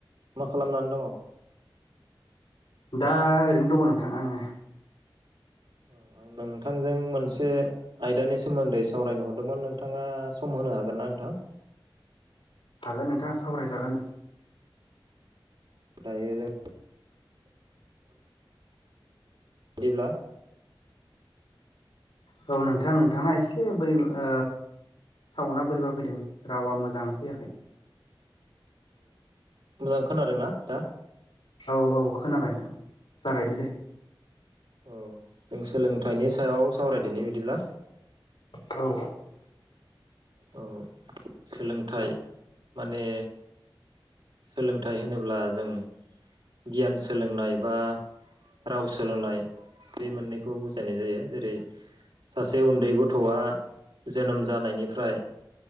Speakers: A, on the right (about 70°); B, on the left (about 85°).
A: मा खालामनानै दङ?
B: दा ओरैनो दङ नोंथां आङो
A: आं नोंथांजों मोन से आयदानि सोमोन्दै सावरायनो हरदोंमोन नों नोंथाङा सम होनो हागोन ना नोंथां?
B: हागोन नोंथाङा सावरायजागोन
A: दायो जों बिदिब्ला <inaudible>
B: औ नोंथां नोंथांना एसे बोरै ओ सावना बोरैबा फैदों रावा मोजां फैयाखै
A: मोजां खोनादों ना दा?
B: औ औ खोनाबाय नोंथां जागायदो दे
A: औ जों सोलोंथाइनि सायाव सावरायदिनि बिदिब्ला
B: औ
A: औ सोलोंथाइ माने सोलोंथाइ होनोब्ला जों गियान सोलोंनाय बा राव सोलोंनाय बे मोननैखौ बुजायनाय जायो जेरै सासे उन्दै गथ'आ जोनोम जानायनिफ्राय